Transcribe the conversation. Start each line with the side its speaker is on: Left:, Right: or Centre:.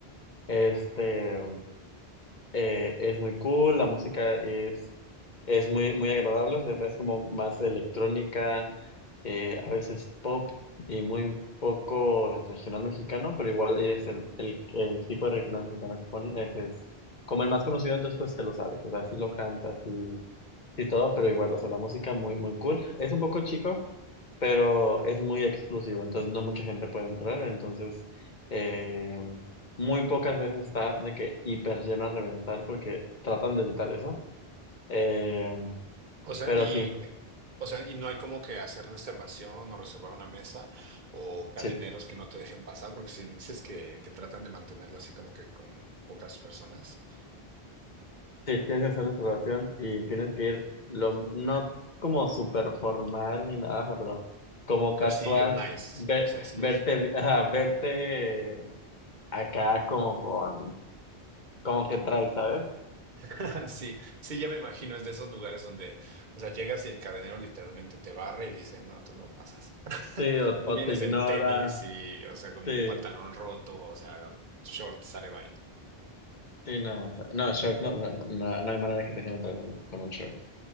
Left: Este, eh, es muy cool, la música es, es muy, muy agradable, o sea, es como más electrónica, eh, a veces pop y muy poco regional mexicano, pero igual es el, el, el tipo de regional mexicano que ponen, es, es como el más conocido, entonces pues te lo sabes, o sea, sí lo cantas y, y todo, pero igual, o sea, la música muy, muy cool. Es un poco chico, pero es muy exclusivo, entonces no mucha gente puede entrar, entonces eh, muy pocas veces está de que hiper lleno a reventar porque tratan de evitar eso. Eh,
Right: O sea,
Left: pero
Right: y,
Left: sí,
Right: o sea, y no hay como que hacer reservación o reservar una mesa o cadeneros
Left: sí,
Right: que no te dejen pasar, porque si dices que, que tratan de mantenerlo así como que con pocas personas,
Left: sí, tienes que hacer reservación y tienes que ir, lo, no como súper formal ni nada, ajá, pero como casual,
Right: pero sí ir nice,
Left: ver-
Right: o sea, sí
Left: verte,
Right: ir
Left: bi- ajá, verte acá como con, como que traes, ¿sabes?
Right: <laughs> Sí, sí, ya me imagino, es de esos lugares donde, o sea, llegas y el cadenero literalmente te barre y dice, no, tú no pasas. <laughs>
Left: Sí, o, o
Right: Tú vienes
Left: te ignora,
Right: en tenis y, o sea, con
Left: sí.
Right: un pantalón roto, o sea, short, sale bye.
Left: Sí, no, o sea, no, short, no, o sea, no, no hay manera que te quieran traer un- con un short.